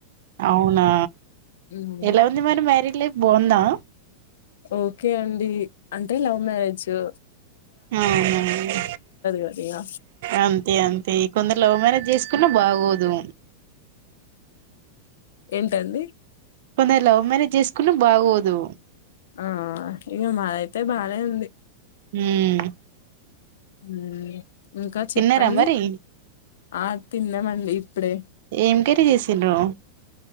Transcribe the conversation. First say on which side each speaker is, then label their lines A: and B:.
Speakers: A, on the right; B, on the left.
A: అవునా
B: ఉమ్.
A: ఎలా ఉంది మరి మారి లె బాఉందా
B: ఓకే అండి అంటే లవ్ మ్యారేజు
A: అవునవును
B: కదా ఇగ
A: అంతే అంతే కొందరు లవ్ మ్యారేజ్ చేసుకున్నా బాగోదు
B: ఏంటండి
A: కొందరు లవ్ మేరేజ్ చేసుకున్న బాగోదు
B: ఆ ఇగ మాదైతే బానే ఉంది
A: మ్మ్
B: మ్మ్ ఇంకా చెప్పండి
A: తిన్నారా మరి
B: ఆ తిన్నామండి ఇప్పుడే
A: ఏం కర్రి చేసిండ్రు